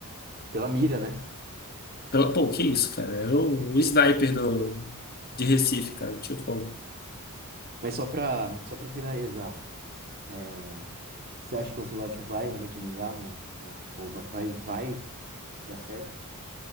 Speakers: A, on the right; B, on the left.
A: Pela mira, né?
B: Pela- Pô, que isso, cara. Era o, o sniper do, de Recife, cara. Não tinha como.
A: Mas só pra, só pra finalizar, é, você acha que o Ancelotti vai realmente me no, no, ou va- vai, vai dar certo?